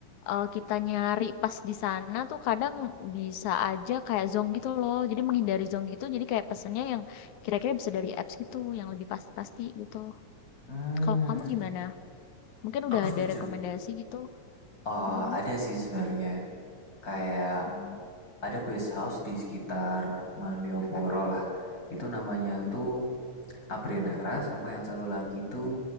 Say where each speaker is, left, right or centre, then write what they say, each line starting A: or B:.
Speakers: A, on the left (about 75°); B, on the left (about 25°).
A: eh, kita nyari pas di sana tuh kadang bisa aja kayak zonk gitu loh. Jadi menghindari zonk gitu, jadi kayak pesennya yang Kira-kira bisa dari apps gitu yang lebih pasti-pasti gitu.
B: Hmm,
A: Kalau kamu gimana? Mungkin
B: aku
A: udah
B: setuju.
A: ada rekomendasi gitu?
B: Oh,
A: Mhm,
B: ada sih sebenarnya. Kayak
A: mmm,
B: ada guest house di sekitar Malioboro lah. Itu namanya
A: mhm,
B: tuh Abrenara sama yang satu lagi
A: mhm.
B: tuh